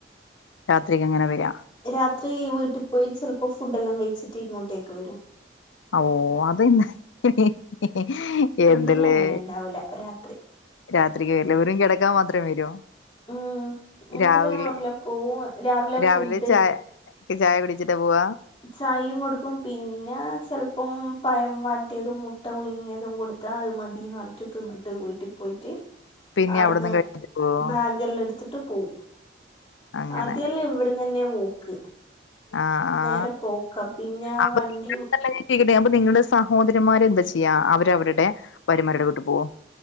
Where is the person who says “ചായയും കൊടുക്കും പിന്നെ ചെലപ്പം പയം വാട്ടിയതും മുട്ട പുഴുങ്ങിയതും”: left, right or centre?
Left